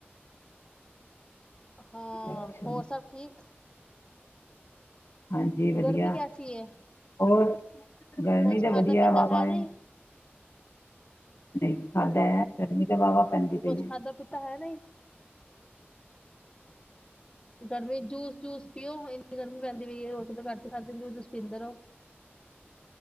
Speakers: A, on the left; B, on the left.
A: ਹਾਂ,
B: ਅੱਛਾ
A: ਹੋਰ ਸਭ ਠੀਕ।
B: ਹਾਂਜੀ ਵਧੀਆ,
A: ਗਰਮੀ ਕੈਸੀ ਹੈ
B: ਹੋਰ ਗਰਮੀ
A: ਕੁਛ
B: ਤਾਂ
A: ਖਾਧਾ
B: ਵਧੀਆ
A: ਪੀਤਾ
B: ਵਾ ਪਾਏ
A: ਹੈ ਨਹੀਂ
B: ਨਹੀਂ ਖਾਡ ਖਾਦਾ ਹੈ, ਗਰਮੀ ਤੇ ਵਾਵਾ ਪੈਂਦੀ ਪਈ
A: ਕੁਛ
B: ਐ।
A: ਖਾਧਾ ਪੀਤਾ ਹੈ ਨਹੀਂ ਗਰਮੀ ਜੂਸ ਜੂਸ ਪੀਓ ਇੰਨੀ ਗਰਮੀ ਪੈਂਦੀ ਪਈ ਏ, ਰੋਟੀ ਤੇ ਘੱਟ ਹੀ ਖਾਦੇ, ਜੂਸ ਪੀਂਦੇ ਰਹੋ।